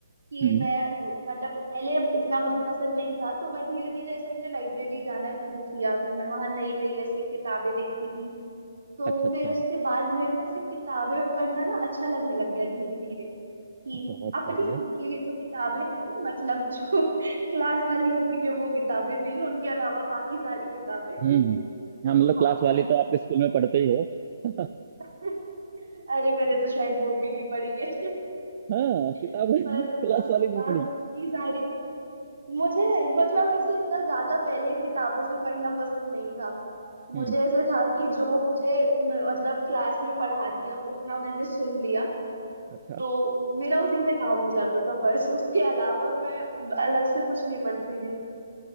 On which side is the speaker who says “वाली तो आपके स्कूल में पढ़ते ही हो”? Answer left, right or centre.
Right